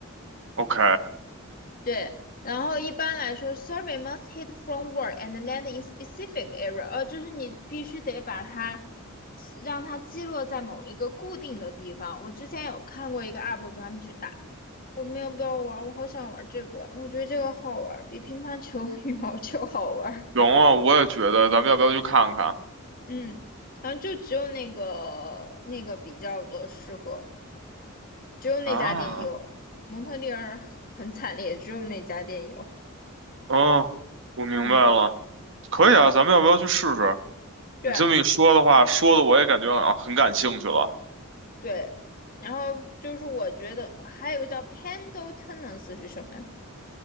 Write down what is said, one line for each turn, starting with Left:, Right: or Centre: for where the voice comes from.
Right: OK，
Left: 对，然后一般来说，survey must hit from word and land in specific area，呃，就是你必须得把它让它击落在某一个固定的地方。我之前有看过一个 UP 主他们去打，我们要不要玩？我好想玩这个，我觉得这个好玩，比乒乓球、<laughs> 羽毛球好玩。
Right: 行啊，我也觉得，咱们要不要去看看
Left: 嗯，然后就只有那个那个比较的适合，只有那家店有，
Right: 啊？
Left: 蒙特利尔很惨烈，只有那家店有。
Right: 嗯，我明白了，
Left: 嗯，
Right: 可以啊，咱们要不要去试试？
Left: 对。
Right: 你这么一说的话，说的我也感觉啊很感兴趣了。
Left: 对，然后就是我觉得还有个叫 Pando Tennis 是什么呀？